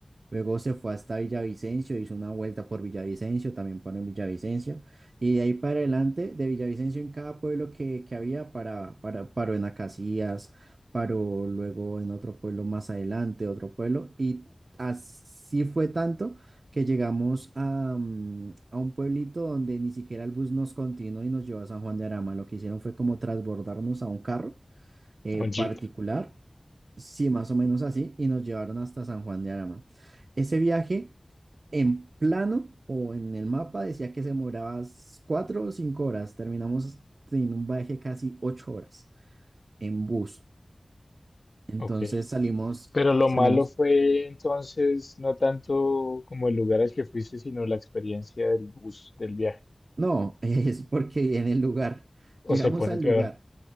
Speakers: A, on the right; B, on the left.
A: Luego se fue hasta Villavicencio, hizo una vuelta por Villavicencio, también paró en Villavicencio. Y de ahí para adelante, de Villavicencio en cada pueblo que, que había, para, para, paró en Acacías, paró luego en otro pueblo más adelante, otro pueblo. Y así fue tanto que llegamos a, mm, a un pueblito donde ni siquiera el bus nos continuó y nos llevó a San Juan de Arama. Lo que hicieron fue como transbordarnos a un carro eh,
B: o
A: particular
B: jeep,
A: Sí, más o menos así, y nos llevaron hasta San Juan de Arama. Ese viaje en plano o en el mapa decía que se demoraba s- cuatro o cinco horas. Terminamos en un viaje casi ocho horas en bus. Entonces
B: ok.
A: salimos,
B: Pero lo
A: salimos.
B: malo fue entonces no tanto como el lugar al que fuiste, sino la experiencia del bus, del viaje.
A: No, <laughs> es porque en el lugar, llegamos
B: O se pone
A: al lugar.
B: peor,